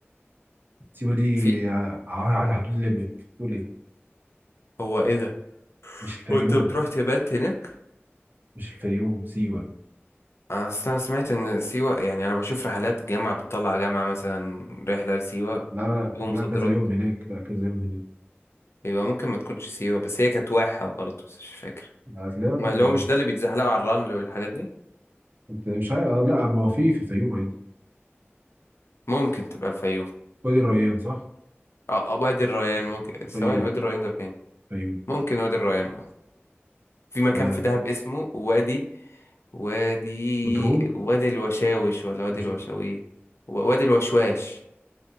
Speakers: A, on the right; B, on the left.
A: سيوه دي
B: في
A: ع- على حدود ليبيا تقول ايه
B: هو ايه ده؟
A: مش الفيوم
B: هو انت بتروح تبات هناك
A: مش الفيوم سيوه
B: اصل انا سمعت ان سيوة يعني انا بشوف رحلات جامعة بتطلع جامعة مثلا رحلة لسيوة
A: لا لا
B: يوم
A: لا
B: مم. صد
A: كذا
B: رد
A: يوم هناك لا كذا يوم هناك
B: يبقى ممكن ما تكونش سيوة بس هي كانت واحة برضه بس مش فاكر
A: هتلاقيها
B: ما- اللي هو مش ده اللي بيتزحلقوا على الرمل والحاجات دي
A: انت مش عارف آه، لا ما هو في في الفيوم عادي
B: ممكن تبقى الفيوم
A: وادي الريان صح
B: اه آه، وادي الريان ممكن
A: الفيوم
B: ثواني وادي الريان ده فين
A: الفيوم
B: ممكن وادي الريان اه في مكان
A: لا لا
B: في دهب اسمه وادي وادي
A: نطرون
B: وادي الوشاوش ولا وادي
A: مش
B: الوشاوي و- وادي الوشواش